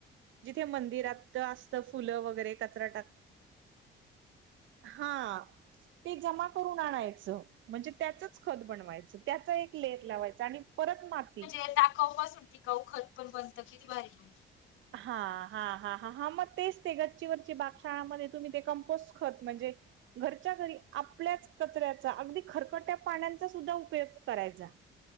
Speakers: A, on the right; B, on the left.
A: जिथे मंदिरात असत फुलं वगैरे कचरा टाक हा ते जमा करून आणायच. म्हणजे त्याचच खत बनवायचं त्याचा एक लेर लावायच आणि परत माती
B: दाखऊ पासून ती काऊ खत पण बनतं किती भारी माहिती
A: हा हा हा हा मग तेच ते गच्चीवरची बागशाळामध्ये तुम्ही ते कमपोस्ट खत म्हणजे घरच्या घरी आपल्याच कचऱ्याचा अगदी खरकट्या पाण्याचा सुद्धा उपयोग करायचा.